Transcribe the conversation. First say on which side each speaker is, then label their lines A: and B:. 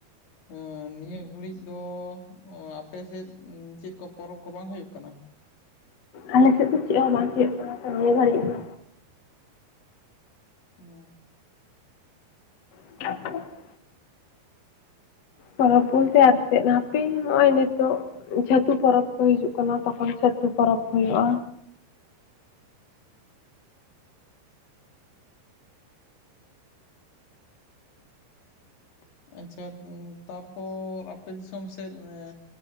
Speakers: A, on the left; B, on the left.
A: ᱟ ᱱᱤᱭᱟᱹ ᱜᱷᱟᱹᱲᱤᱡ ᱫᱚ ᱟᱯᱮ ᱥᱮᱫ ᱪᱮᱫ ᱠᱚ ᱯᱚᱨᱚᱵᱽ ᱠᱚ ᱵᱟᱝ ᱦᱩᱭᱩᱜ ᱠᱟᱱᱟ?
B: ᱟᱞᱮ ᱥᱮᱫ ᱫᱚ ᱪᱮᱫ ᱦᱚᱸ ᱵᱟᱝ ᱦᱩᱭᱩᱜ ᱠᱟᱱᱟ ᱛᱚ ᱱᱤᱭᱟᱹ ᱜᱷᱟᱹᱲᱤᱡ ᱫᱚ᱾
A: ᱚ᱾
B: <unintelligible> ᱯᱚᱨᱚᱵᱽ ᱵᱚᱞᱛᱮ ᱟᱨ ᱪᱮᱫ ᱦᱟᱯᱮ ᱱᱚᱜᱼᱚᱭ ᱱᱤᱛᱚᱜ ᱪᱷᱟᱹᱛᱩ ᱯᱚᱨᱚᱵᱽ ᱠᱚ ᱦᱤᱡᱩᱜ ᱠᱟᱱᱟ ᱛᱚᱠᱷᱚᱱ ᱪᱷᱟᱹᱛᱩ ᱯᱚᱨᱚᱵᱽ ᱦᱩᱭᱩᱜᱼᱟ᱾
A: ᱟᱪᱪᱷᱟ ᱛᱟᱯᱚᱨ ᱟᱯᱮ ᱫᱤᱥᱚᱢ ᱥᱮᱫ ᱚᱱᱮ